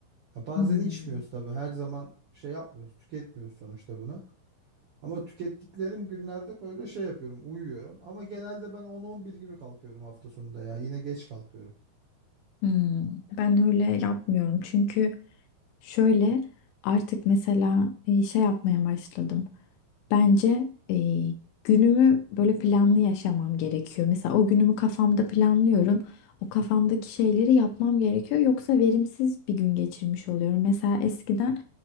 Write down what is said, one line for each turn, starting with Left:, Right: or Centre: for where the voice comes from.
Right: Ya bazen
Left: Hmm.
Right: içmiyoruz tabii her zaman şey yapmıyoruz tüketmiyoruz sonuçta bunu. Ama tükettiklerim günlerde böyle şey yapıyorum, uyuyorum. Ama genelde ben 10-11 gibi kalkıyorum hafta sonunda ya. Yine geç kalkıyorum.
Left: Hmm, ben öyle yapmıyorum çünkü şöyle artık mesela e, şey yapmaya başladım. Bence e, günümü böyle planlı yaşamam gerekiyor. Mesela o günümü kafamda planlıyorum. O kafamdaki şeyleri yapmam gerekiyor. Yoksa verimsiz bir gün geçirmiş oluyorum. Mesela eskiden